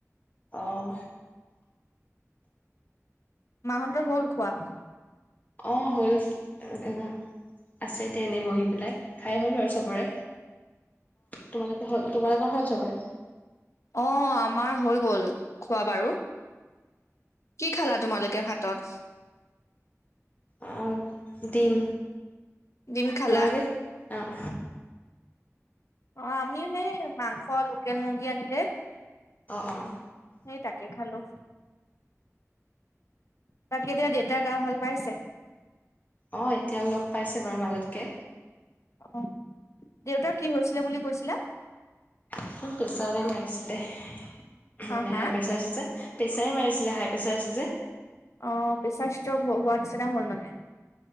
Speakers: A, on the left; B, on the left.
A: অহ।
B: মাহঁতৰ হ'ল খোৱা?
A: অ'হ হ'ল। <unintelligible> আছে এতিয়া এনেই বহি পেলাই। খাই হ'ল বাৰু চবৰে। তোমালোকে হ'ল? তোমালোকৰ হ'ল চবৰে?
B: অ'হ। আমাৰ হৈ গ'ল, খোৱা বাৰু। কি খালা তোমালোকে ভাতত?
A: অ'হ। দীম।
B: ডিম খালা
A: তোমালোকে? অ'হ
B: অহ। আমিও হে মাংস। লোকেল মুৰ্গী আনিলে।
A: অহ। অহ।
B: সেই তাকে খালো। বাকী এতিয়া, দেউতাই গা ভাল পাইছে?
A: অহ। এতিয়া অলপ পাইছে বাৰু মাজতকে।
B: অহ। দেউতাৰ কি হৈছিলে বুলি কৈছিলা?
A: প্ৰেছাৰে মাৰিছিলে। মানে
B: হা হা
A: হাইপ্ৰেচাৰ আছিল যে। প্ৰেছাৰে মাৰিছিলে। হাইপ্ৰেছাৰ আছে যে।
B: অহ। পেছাৰ ষ্ট্ৰোক হোৱা নিচিনা হ'ল মানে।